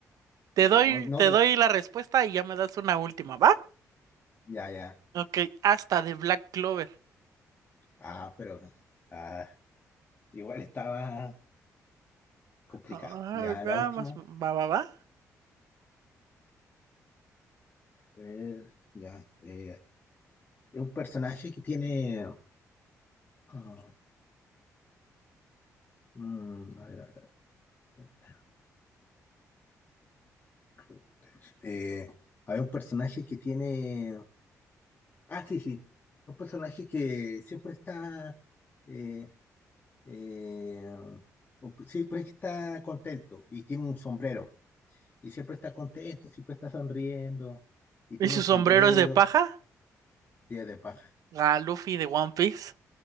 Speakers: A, on the right; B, on the left.
A: Te
B: No,
A: doy,
B: no.
A: te
B: te-
A: doy la respuesta y ya me das una última, ¿va?
B: Ya, ya.
A: Ok, hasta de Black Clover.
B: Ah, pero. ah, igual estaba complicada.
A: Ah,
B: Ya,
A: va,
B: la última.
A: más- va, va, va.
B: A ver, ya. eh, es un personaje que tiene. ah, mm, a ver, a ver. a ver. Eh, a un personaje que tiene. Ah, sí, sí. Un personaje que siempre está. eh, eh, un- siempre está contento y tiene un sombrero. Y siempre está contento, siempre está sonriendo. Y
A: ¿Y
B: tiene
A: su
B: un
A: sombrero
B: sombrero
A: es de paja?
B: y es de paja.
A: Ah, Luffy de One Piece.